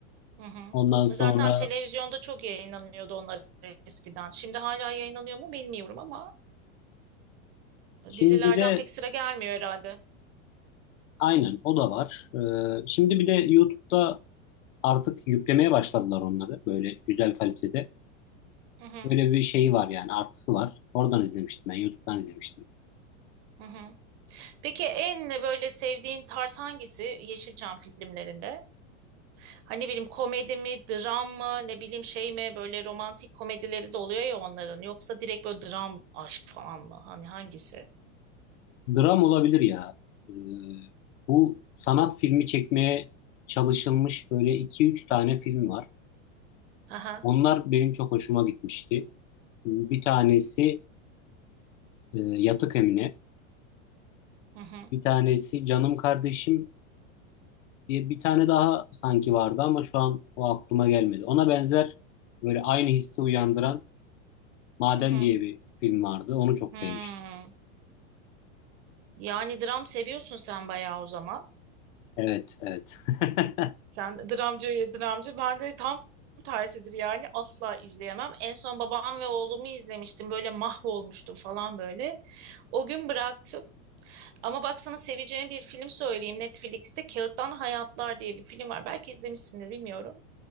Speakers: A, on the right; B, on the left.
A: Hı hı.
B: Ondan sonra
A: Zaten televizyonda çok yayınlanıyordu onlar eskiden. Şimdi hala yayınlanıyor mu bilmiyorum ama.
B: şimdi
A: Dizilerden
B: de
A: pek sıra gelmiyor herhalde.
B: Aynen o da var. Ee, şimdi bir de YouTube'da artık yüklemeye başladılar onları böyle güzel kalitede.
A: Hı hı.
B: Böyle bir şeyi var yani artısı var. Oradan izlemiştim ben YouTube'dan izlemiştim.
A: Hı hı. Peki en böyle sevdiğin tarz hangisi Yeşilçam filmlerinde? Hani ne bileyim komedi mi, dram mı, ne bileyim şey mi böyle romantik komedileri de oluyor ya onların. Yoksa direkt böyle dram, aşk falan mı? Hani hangisi?
B: Dram olabilir ya. Ee, bu sanat filmi çekmeye çalışılmış böyle iki üç tane film var.
A: Aha.
B: Onlar benim çok hoşuma gitmişti. Ee, Bir tanesi e, Yatık Emine,
A: Hı hı.
B: bir tanesi Canım Kardeşim, Bir, bir tane daha sanki vardı ama şu an o aklıma gelmedi. Ona benzer böyle aynı hissi uyandıran Maden
A: Hı hı.
B: diye bir film vardı. Onu çok
A: Hmm.
B: sevmiştim.
A: Yani dram seviyorsun sen bayağı o zaman.
B: Evet, evet. <laughs>
A: Sen dramcı, dramcı. Ben de tam tersidir yani asla izleyemem. En son babam ve oğlumu izlemiştim. Böyle mahvolmuştum falan böyle. O gün bıraktım. Ama baksana seveceğin bir film söyleyeyim. Netflix'te Kağıttan Hayatlar diye bir film var. Belki izlemişsindir bilmiyorum.